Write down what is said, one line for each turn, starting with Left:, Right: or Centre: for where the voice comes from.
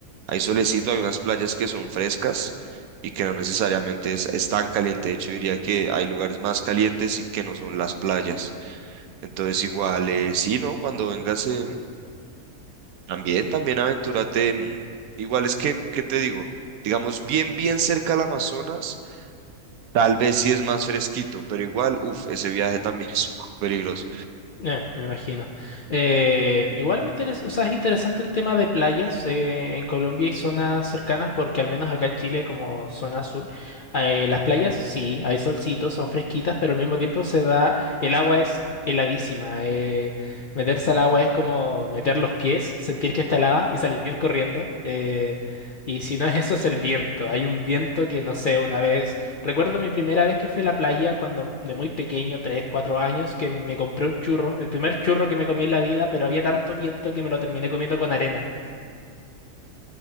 Right: hay solecito, hay unas playas que son frescas y que no necesariamente es, es tan caliente. De hecho, diría que hay lugares más calientes y que no son las playas. Entonces, igual, eh, sí, ¿no? Cuando vengas, em, también, también aventúrate. em, Igual es que, ¿qué te digo? Digamos, bien, bien cerca al Amazonas. Tal vez sí es más fresquito, pero igual, uff, ese viaje también <laughs> es un poco peligroso.
Left: Eh, me imagino. Eh, igual me interesa, o sea, es interesante el tema de playas eh, en Colombia y zonas cercanas, porque al menos acá en Chile, como zona sur, eh, las playas sí, hay solcitos, son fresquitas, pero al mismo tiempo se da, el agua es heladísima. eh, meterse al agua es como meter los pies, sentir que está helada y salir corriendo. eh, y si no es eso, es el viento. Hay un viento que, no sé, una vez. Recuerdo mi primera vez que fui a la playa cuando de muy pequeño, 3, 4 años, que me compré un churro, el primer churro que me comí en la vida, pero había tanto viento que me lo terminé comiendo con arena.